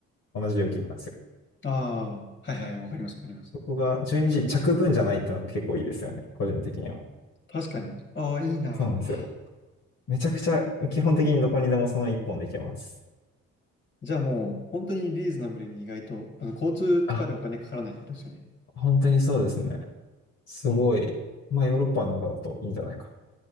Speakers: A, on the left; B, on the left.
A: 同じ料金なんですよ。
B: ああ、はいはい。わかります、わかります。
A: ここが12時着分じゃないっていうのが結構いいですよね。個人的には。
B: 確かに。ああ、いいな。
A: そうなんですよ。
B: ああ
A: めちゃくちゃ基本的にどこにでもその一本で行けます。
B: じゃあもう、本当にリーズナブルに意外と、あの、交通とかでお金かからないってことですよね。
A: あ、本当にそうですね。すごい。
B: ああ、
A: まあヨーロッパの中だといいんじゃないか。